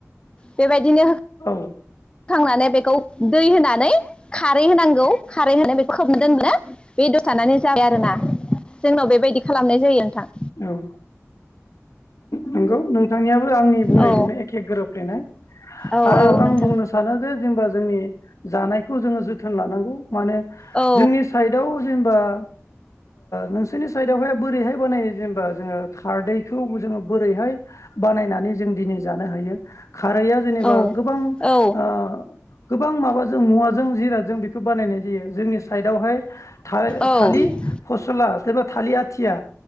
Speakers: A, on the left (about 20°); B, on the left (about 80°).
A: बेबायदिनो
B: औ
A: होखांनानै बेखौ दै होनानै खारै होनांगौ खारै होनानै बेखौ खोबनो दोनो बे दसे थानानै जाबाय आरोना जोंनाव बेबायदि खालामनाय जायो नोंथां
B: ओं नंगौ नोंथांनियाबो आंनि बुंनायजोंनो
A: औ
B: एखे गोरोबफ्लेनाय
A: औ
B: आरो आं
A: नोंथां
B: बुंनो सा सानो जे जेनेबा जोंनि जानायखौ जोंङो जोथोन लानांगौ माने
A: औ
B: जोंनि साइडआव जेनेबा ओ नोंसोरनि साइदावहाय बोरैहाय बानायो जेनेबा जोङो खारदै खौ जोङो बोरैहाय बानायनानै जों दिनै जानो हायो खारैआ जेनेबा
A: औ
B: गोबां
A: औ
B: ओ गोबां माबाजों मुवाजों जिर जों बेखौ बानायनाय जायो जोंनि साइदआवहाय थाय
A: औ
B: थालिर फसला एबा थालिर आथिया